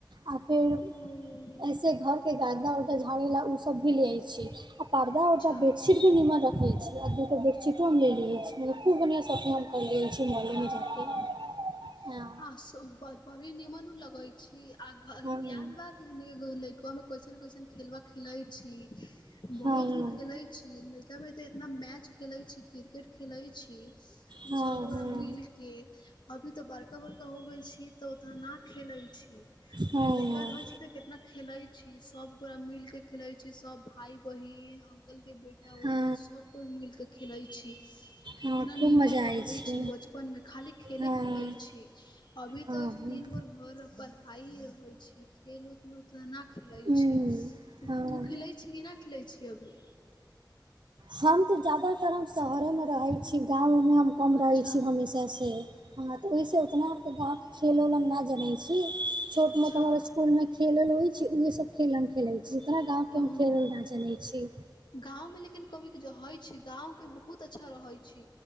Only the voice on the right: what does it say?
आ फेर
ऐसे घर के गाधा उ झाड़े ला उ सब भी ले छी आ पर्दा
उर्दा बेडशीट भी निीमन रखे छ आ चिटोमे लेलियै छी म खूब बढ़िआँसँ अपनाम करलिय छी ममे
जाके हँ
हँ
हँ
हँ हँ
हँ
हँ
हँ
खूब मजा
आइ छै
हँ
हँ
हँ
हूँ
हँ
हम तऽ जादातर हम शहरे मे रहै छी छी गाँव मे हम कम रहैत
छी हमेशाँ से हँ तऽ ओहिसँ ओतना आर गाँव के खेल उल हम ना जनै छी छोट
मोट हमर स्कूल में खेलल होइ छै उहे सब खेल मे हम खेले छै जितना गाँव के
हम खेल ऊल ना जनै छी